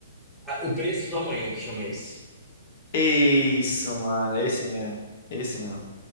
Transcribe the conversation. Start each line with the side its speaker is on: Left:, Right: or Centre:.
Centre: Ah, o preço do amanhã que chama esse.
Left: Isso, mano, é esse mesmo. É esse mesmo.